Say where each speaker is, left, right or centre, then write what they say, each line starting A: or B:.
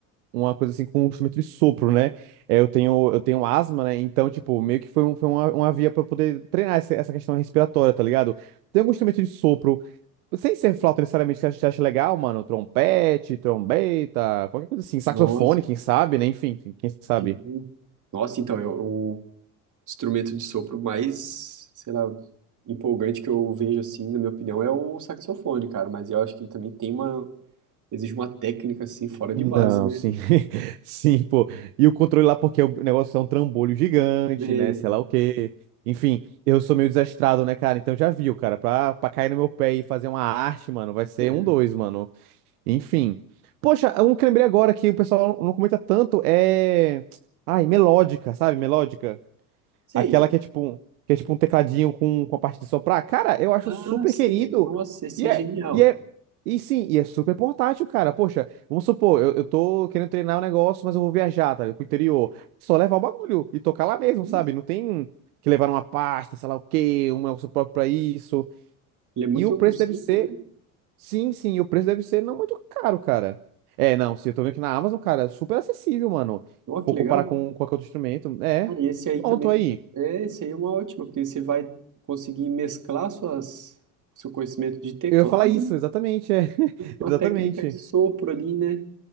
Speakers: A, on the right; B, on the right.
A: uma coisa assim com um instrumento de sopro, né? É, eu tenho, eu tenho asma, né? Então, tipo, meio que foi, um, foi uma, uma via pra eu poder treinar essa, essa questão respiratória, tá ligado? Tem algum instrumento de sopro Sem ser flauta necessariamente que a gente acha legal, mano. Trompete, trombeta, qualquer coisa assim. Saxofone,
B: Nossa,
A: quem sabe, né? Enfim, quem quem sabe.
B: sim. Nossa, então, eu, o instrumento de sopro mais, sei lá, empolgante que eu vejo, assim, na minha opinião, é o saxofone, cara. Mas eu acho que ele também tem uma, Exige uma técnica assim fora de
A: Não,
B: base, né?
A: sim. <laughs> Sim, pô. E o controle lá, porque o negócio é um trambolho gigante,
B: É,
A: né? Sei lá o quê. Enfim, eu sou meio desastrado, né, cara? Então já viu, cara. Pra, pra cair no meu pé e fazer uma arte, mano, vai ser
B: <laughs>
A: um dois, mano. Enfim. Poxa, um que lembrei agora que o pessoal não comenta tanto é. Ai, melódica, sabe? Melódica.
B: sei.
A: Aquela que é tipo um, que é tipo um tecladinho com, com a parte de soprar. Cara, eu acho
B: Ah,
A: super
B: sei.
A: querido.
B: Nossa, esse
A: E
B: é
A: é,
B: genial.
A: e é, e sim, e é super portátil, cara. Poxa, vamos supor, eu, eu tô querendo treinar o um negócio, mas eu vou viajar, tá? ligado? Pro interior. Só levar o bagulho e tocar lá mesmo,
B: Isso.
A: sabe? Não tem que levar uma pasta, sei lá o quê, um negócio próprio pra isso.
B: Ele é muito
A: E o preço
B: simples,
A: deve ser,
B: né?
A: sim, sim, e o preço deve ser não muito caro, cara. É, não, se eu tô vendo aqui na Amazon, cara, é super acessível, mano.
B: Ó,
A: Vou
B: que
A: comparar
B: legal.
A: com com qualquer outro instrumento. É,
B: Cara, e esse aí
A: pronto
B: também.
A: aí.
B: É, esse aí é uma ótima, porque você vai conseguir mesclar suas, seu conhecimento de teclado,
A: Eu ia falar isso, exatamente, é. <laughs>
B: uma
A: Exatamente.
B: técnica de sopro ali, né?